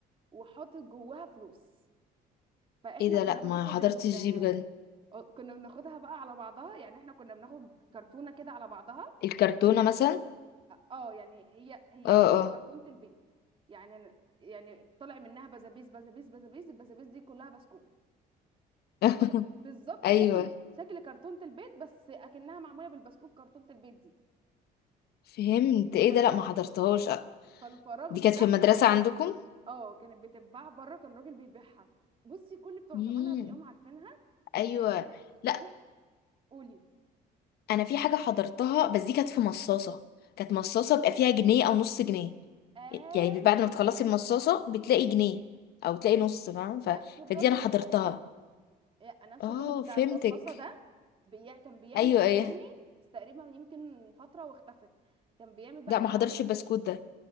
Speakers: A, on the right (about 30°); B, on the left (about 70°).
A: وحاطط جواها فلوس فاحنا
B: ايه ده
A: كنا
B: لا
A: بناخد
B: ما حضرتش
A: ال...
B: دي بجد
A: آه، كنا بناخدها بقى على بعضها يعني احنا كنا بناخد كرتونه كده على بعضها
B: الكرتونه مثلا
A: اه يعني هي هي
B: اه
A: شبه
B: اه
A: كرتونة البيض يعني أنا- يعني طلع منها بزابيز بزابيز بزابيز البزابيز دي كلها بسكوت
B: <laughs>
A: هي بالظبط
B: ايوه
A: شكل شكل كرتونة البيض بس اكنها معمولة بالبسكوت كرتونة البيض دي
B: فهمت ايه
A: فال-
B: ده لا ما حضرتهاش
A: فالفراغ
B: دي
A: بتاعها
B: كانت في المدرسة
A: بقى
B: عندكم
A: اه كانت بتتباع بره كان راجل بيبيعها بصي كل بتوع
B: امم
A: زمان هتلاقيهم عارفينها
B: ايوه
A: إيه إيه،
B: لا
A: شوف قولي
B: انا في حاجة حضرتها بس دي كانت في مصاصة كانت مصاصة بيبقى فيها جنيه او نص جنيه
A: ايوه
B: يعني بعد ما تخلصي المصاصة بتلاقي جنيه او تلاقي نص فاهم
A: نفس
B: ف...
A: الراجل
B: فدي انا حضرتها
A: بقى ده إيه، نفس
B: اه
A: الراجل بتاع
B: فهمتك
A: المصاصة ده بي... كان بيعمل
B: ايوه
A: التاني
B: ايه
A: بس تقريبا يمكن فترة واختفت كان بيعمل بقى
B: لا
A: الحوار
B: ما حضرتش
A: التاني
B: البسكوت ده